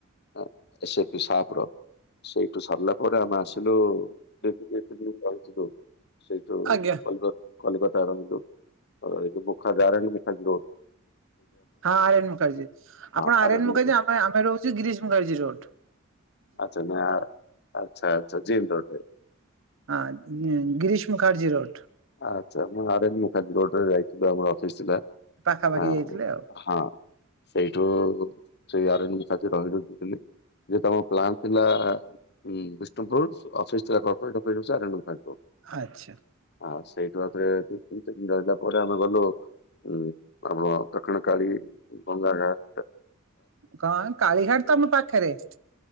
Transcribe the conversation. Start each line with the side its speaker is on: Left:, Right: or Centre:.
Left: ହଁ <unintelligible> ସାପ୍ ର ସେଇଠୁ ସାରିଲା ପରେ ଆମେ ଆସ ଆସିଲୁ <unintelligible> ସେଇଠୁ
Right: ଆଜ୍ଞା।
Left: <unintelligible> କଲିକତାର ଯୋଉ ଅ ଏଇ ଯୋଉ ମୁଖା <unintelligible> ଯୋଉ
Right: ହଁ ଆରିୟାନ ମୁଖାର୍ଜୀ
Left: ହଁ
Right: ଆପଣ
Left: ଆରେଣ୍ଡ
Right: ଆରିୟାନ ମୁଖାର୍ଜୀ ଆମେ ଆମେ ରହୁଚୁ ଗିରିଶ୍ ମୁଖାର୍ଜୀ ରୋଡ଼।
Left: ଆଚ୍ଛା ନା ଆଚ୍ଛା ଆଚ୍ଛା ଜିନ୍ ରୋଡ଼ ରେ।
Right: ହଁ ଗି ଗିରୀଶ୍ ମୁଖାର୍ଜୀ ରୋଡ଼।
Left: ଆଚ୍ଛା ମୁଁ ଆରେନ୍ ମୁଖାର୍ଜୀ ରୋଡ଼ ରେ ଯାଇଥିଲୁ ଆମର ଅଫିସ ଥିଲା।
Right: ପାଖାପାଖି
Left: ହଁ
Right: ଯାଇଥିଲେ ଆଉ।
Left: ହଁ ସେଇଠୁ ସେ ଆରେନ୍ ମୁଖାର୍ଜୀ ରହି ରଖିଥିଲି ଯେ ତମ ପ୍ଲାନ୍ ଥିଲା ଉଁ ବିଷ୍ଣୁପୁର୍ ଅଫିସ ଥିଲା corporate office RN Mukherjee road.
Right: ଆଚ୍ଛା।
Left: ହଁ ସେଇଠୁ ଆଉ ଥରେ ଦି ତିନି ଦିନି ରହିଲା ପରେ ଆମେ ଗଲୁ ଉଁ ଆମ ଦକ୍ଷିଣ କାଳି ଗଙ୍ଗା ଘାଟ୍
Right: କଣ କାଳିଘାଟ୍ ତ ଆମ ପାଖରେ।